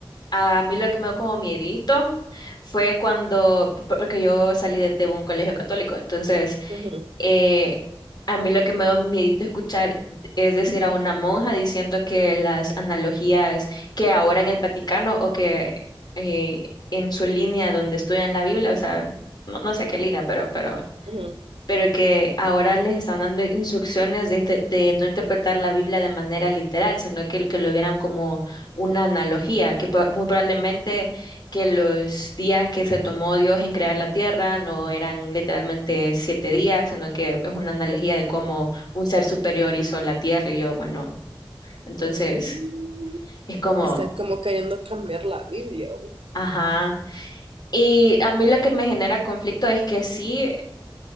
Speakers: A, on the left; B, on the right.
A: a mí lo que me dio como miedito fue cuando, p- p- porque yo salí de, de un colegio católico, entonces
B: Ujú,
A: eh, a mí lo que me dio miedito escuchar es decir a una monja diciendo que las analogías que ahora en el Vaticano o que eh, en su línea donde estudian la Biblia, o sea, no, no sé qué línea, pero, pero
B: ujú.
A: pero que ahora les están dando instrucciones de, inte- de no interpretar la Biblia de manera literal, sino que, que lo vieran como una analogía, que po- muy probablemente que los días que se tomó Dios en crear la tierra no eran literalmente siete días, sino que es una analogía de cómo un ser superior hizo la tierra y yo, bueno, entonces
B: Mm.
A: es como,
B: Están como queriendo cambiar la Biblia. güey.
A: ajá. Y a mí lo que me genera conflicto es que sí.